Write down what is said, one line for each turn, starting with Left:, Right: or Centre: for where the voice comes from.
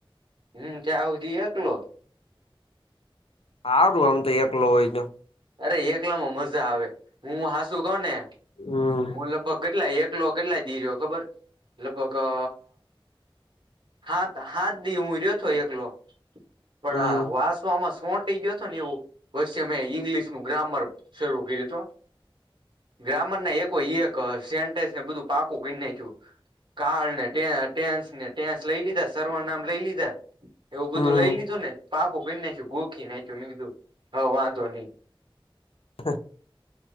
Right: હમ ત્યાં હુધી એકલો.
Left: હારુ આમ તો એકલો હોય તો.
Right: અરે એકલા માં મજા આવે હું હાસુ કઉ ને
Left: હમ
Right: હું લગભગ કેટલા એક એકલો કેટલા દી રહ્યો ખબર લગભગ અ હાત હાત દી રહ્યો તો એકલો પણ
Left: હમ
Right: વાસવામાં. ફોટી ગયોો ને એવું પ મેમે ઈંગ્લિશ નું ગ્રામર શરૂ કર્યું તું. ગ્રામર ના એક એક સેન્ટ્સ ને બધું પાકું કરી નાખ્યું. કાળ ને ટેન્સ ને ટેન્સ લઈ લીધા સર્વ નામ લઈ લીધા. એવું
Left: હમ
Right: બધું લઈ લીધું ને પાકુ કરનાઈખયુ ગોખી નાખ્યું. જમીલીધું હ વાધો નહી.
Left: હા.